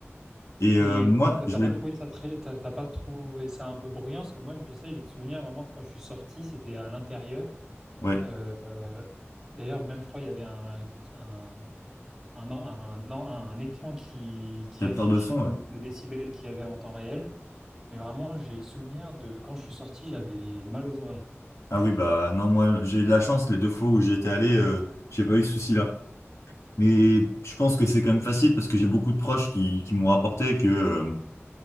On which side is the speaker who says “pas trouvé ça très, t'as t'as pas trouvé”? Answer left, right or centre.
Centre